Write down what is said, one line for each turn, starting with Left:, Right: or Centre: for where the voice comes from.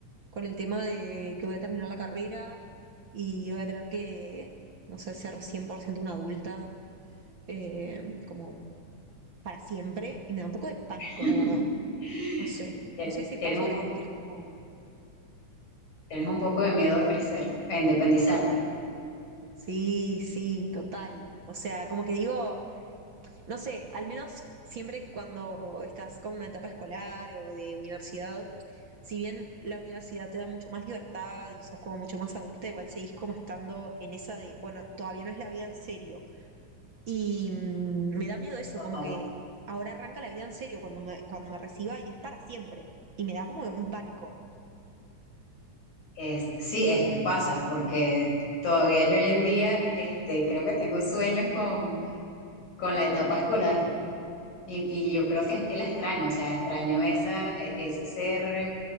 Right: con el tema de que voy a terminar la carrera y voy a tener que, no sé, ser 100% una adulta eh, como para siempre y me da un poco de pánico,
Left: <laughs>
Right: la verdad. No sé,
Left: Tien-
Right: no sé ese
Left: Tienes
Right: paso
Left: un
Right: a la
Left: poco,
Right: adultez como...
Left: tienes un poco de miedo a crecer, a independizarte.
Right: Sí, sí, total. O sea, como que digo... No sé, al menos siempre cuando estás con una etapa escolar o de universidad, si bien la universidad te da mucho más libertad y sos como mucho más adulta, igual seguís como estando en esa de, bueno, todavía no es la vida en serio. Y mm, me da miedo eso,
Left: Total.
Right: como que ahora arranca la vida en serio cuando me, cuando me reciba y es para siempre. Y me da como un pánico.
Left: Es- sí, es que pasa, porque todavía yo hoy en día este, creo que tengo sueños con, con la etapa escolar y, y yo creo
Right: Sí,
Left: que es que la extraño, o sea, extraño esa, e- ese ser,